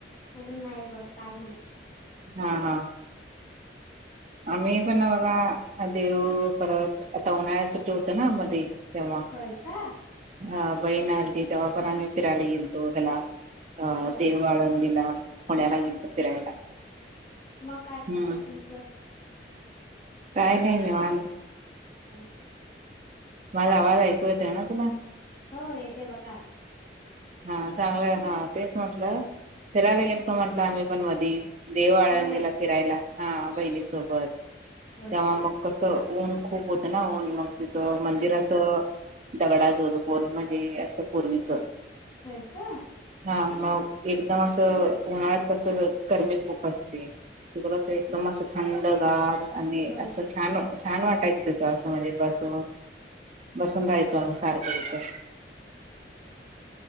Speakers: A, on the left (about 45°); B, on the right (about 40°).
A: अजून नाही बघ काय मुलं
B: हा हा. आम्ही पण बघा देऊ परत आता उन्हाळ्या च सुट्टी होत ना मध्ये. तेव्हा
A: होय का
B: हा बहीण आलती तेव्हा पण आम्ही फिरायला गेलतो हेला. अं
A: होय
B: देहू आळंदीला. पुण्याला गेलतो फिरायला.
A: मग काय चाललय
B: हम्म
A: तुमचं?
B: काय नाही निवांत.
A: आणि
B: माझा आवाज ऐकू येतय ना तुला?
A: हो येते बघा आता.
B: हा चांगलं हा तेच म्हटलं फिरायला गेल तो म्हंटल आम्ही पण मधी. देहू आळंदीला
A: होय
B: फिरायला. हा बहिणीसोबत.
A: होय
B: तेव्हा
A: का
B: मग कसं ऊन खूप होतं ना? ऊन मग तिथं मंदिर असं दगडाच होत पूर्ण म्हणजे असं पूर्वीचं
A: होय काय?
B: हा मग एकदम असं उन्हाळ्यात कस गरमी खूप असते. तिथं कसं एकदम असं थंडगार आणि
A: होय
B: असं छान छान वाटायच असं म्हणजे बसून. बसून राहायचो आम्ही सारखं तिथं.